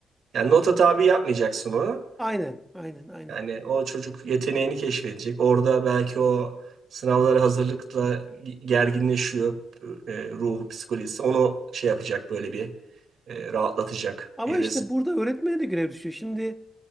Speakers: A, on the right (about 70°); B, in the centre.
A: Yani nota tabi yapmayacaksın onu.
B: aynen, aynen, aynen.
A: Yani o çocuk yeteneğini keşfedecek. Orada belki o sınavlara hazırlıkla gerginleşiyor e, ruhu, psikolojisi. Onu şey yapacak böyle bir e, rahatlatacak
B: Ama
A: bir
B: işte
A: resim.
B: burada öğretmene de görev düşüyor. Şimdi